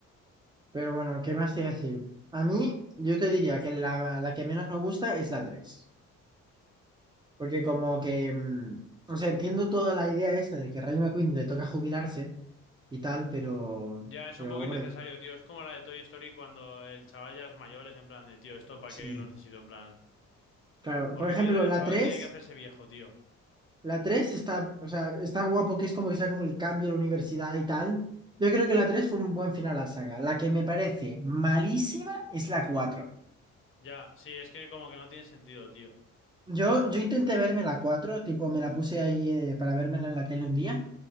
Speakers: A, on the right (about 15°); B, on the left (about 45°).
A: Pero bueno, ¿qué más te iba a decir? A mí, yo te diría que la, la que menos me gusta es la 3, Porque como que, mm, o sea, entiendo toda la idea esta de que Rayo McQueen le toca jubilarse y tal, pero,
B: Ya, es
A: pero
B: un poco
A: hombre,
B: innecesario, tío, es como la de Toy Story cuando el chaval ya es mayor, es en plan de, tío, esto para
A: sí.
B: qué lo necesito, en plan...
A: Claro,
B: Porque
A: por ejemplo,
B: mierda el
A: la
B: chaval
A: tres
B: tiene que hacerse viejo, tío.
A: La 3 está, o sea, está guapo que es como que sea como el cambio de la universidad y tal. Yo creo que la 3 fue un buen final a la saga. La que me parece malísima es la cuatro
B: Ya, sí, es que como que no tiene sentido, tío.
A: Yo, yo intenté verme la 4 tipo, me la puse ahí eh, para vérmela en la tele un día.